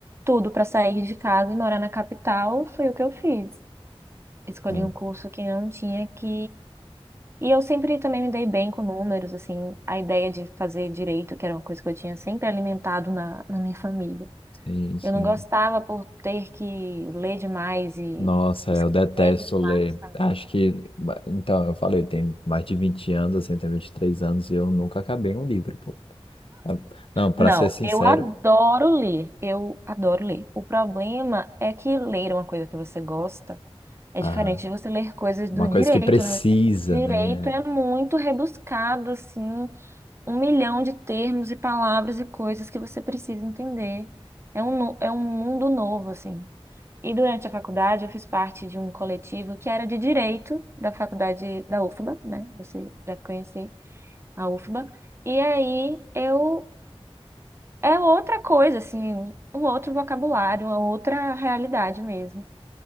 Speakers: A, on the right; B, on the left.
A: tudo para sair de casa e morar na capital foi o que eu fiz. escolhi
B: é.
A: um curso que não tinha que. E eu sempre também me dei bem com números, assim, a ideia de fazer direito, que era uma coisa que eu tinha sempre alimentado na, na minha família.
B: Sim, sim.
A: Eu não gostava por ter que ler demais e
B: Nossa,
A: escrever
B: eu detesto
A: demais
B: ler.
A: também.
B: Acho que, ba- então, eu falei, tem mais de 20 anos, assim, tem 23 anos, e eu nunca acabei um livro, pô. Ah, Não, pra
A: Não,
B: ser sincero,
A: eu adoro ler, eu adoro ler. O problema é que ler é uma coisa que você gosta é
B: ah,
A: diferente de você ler coisas
B: uma
A: do direito,
B: coisa que precisa,
A: né? Direito
B: né?
A: é muito rebuscado, assim. um milhão de termos e palavras e coisas que você precisa entender. É um, no- é um mundo novo, assim. E durante a faculdade eu fiz parte de um coletivo que era de direito da faculdade da UFBA, né? Você já conhece a UFBA. E aí eu é outra coisa, assim, um outro vocabulário, uma outra realidade mesmo.